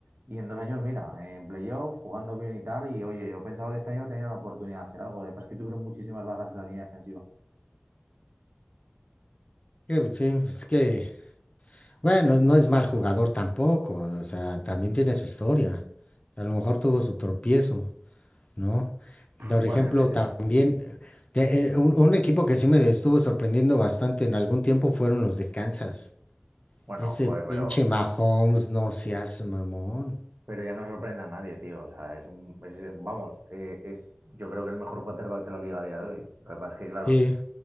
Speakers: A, on the right; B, on the left.
A: Y en dos años, mira, en playoff, jugando bien y tal. Y oye, yo pensaba que este año tenía una oportunidad de hacer algo. Lo que pasa es que tuvieron muchísimas bajas en la línea defensiva.
B: Que, pues, sí, pues, es que Bueno, no es mal jugador tampoco, o sea, también tiene su historia. A lo mejor tuvo su tropiezo, ¿no? Por
A: Bueno,
B: ejemplo,
A: yo qué sé,
B: también
A: tío.
B: eh, te- eh, un, un equipo que sí me estuvo sorprendiendo bastante en algún tiempo fueron los de Kansas.
A: Bueno,
B: Ese
A: joder,
B: pinche
A: pero
B: Mahomes, no seas mamón.
A: Pero ya no sorprende a nadie, tío. O sea, es un, es, eh, vamos, eh, es yo creo que el mejor quarterback de la liga a día de hoy. Lo que pasa es que, claro,
B: Sí,